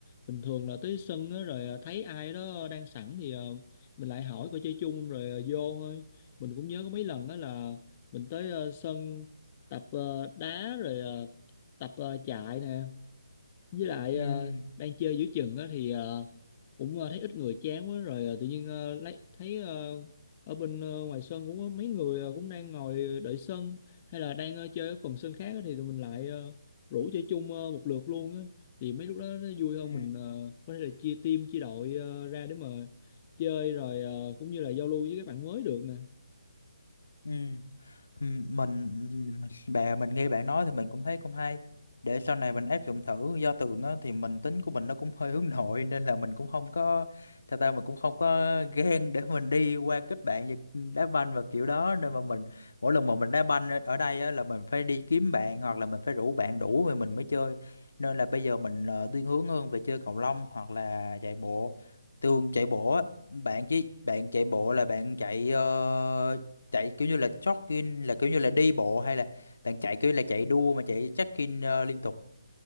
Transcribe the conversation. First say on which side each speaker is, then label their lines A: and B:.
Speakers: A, on the left; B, on the left.
A: bình thường là tới sân á, rồi ờ, thấy ai đó đang sẵn thì ờ, mình lại hỏi coi chơi chung không, rồi ờ, vô thôi mình cũng nhớ có mấy lần đó là mình tới ờ, sân tập ờ, đá rồi ờ, tập ờ, chạy nè với lại
B: ừ
A: ờ, đang chơi giữa chừng á thì ờ, cũng ờ, thấy ít người chán quá rồi ờ, tự nhiên ờ, lấy thấy ờ, ở bên ờ, ngoài sân cũng có mấy người ờ, cũng đang ngồi đợi sân hay là đang ờ, chơi ở phần sân khác á, thì tụi mình lại ờ, rủ chơi chung ờ, một lượt luôn á thì mấy lúc đó nó vui hơn
B: ừ
A: mình ờ, có thể là chia team chia đội ờ, ra để mà chơi rồi ờ, cũng như là giao lưu với các bạn mới được nè
B: ừ Ừm, mình bè mình nghe bạn nói thì mình cũng thấy cũng hay để sau này mình áp dụng thử do tường á, thì mình tính của mình nó cũng hơi hướng nội nên là mình cũng không có sao ta mình cũng không có ghen để mình đi qua kết bạn và đá banh và kiểu đó nên mà mình mỗi lần mà mình đá banh ở ở đây á, là mình phải đi kiếm bạn hoặc là mình phải rủ bạn đủ rồi mình mới chơi nên là bây giờ mình ờ, thiên hướng hơn về chơi cầu lông hoặc là chạy bộ tường chạy bộ á, bạn chứ bạn chạy bộ là bạn chạy ờ, chạy kiểu như là jogging là kiểu như là đi bộ hay là bạn chạy kiểu là chạy đua mà chạy check-in ờ, liên tục